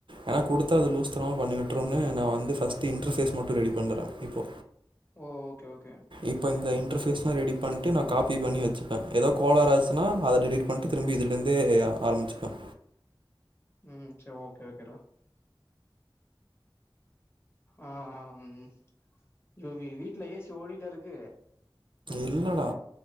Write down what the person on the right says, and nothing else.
ஏன குடுத்த எத லூஸ்தனமா பண்ணியூட்ருனு நா வந்து ஃபஸ்டு இன்டர்ஃபேஸ் மட்டு ரெடி பண்றடா இப்போ
இப்ப இந்த இன்டர்ஃபேஸ்லா ரெடி பண்ட்டு நா காப்பி பண்ணி வச்சுப்ப எதா கோலாராச்சுனா அத டெலிட் பண்ட்டு திரும்பி இதுல இருந்தே ஆரம்பிச்ப்ப
இல்லடா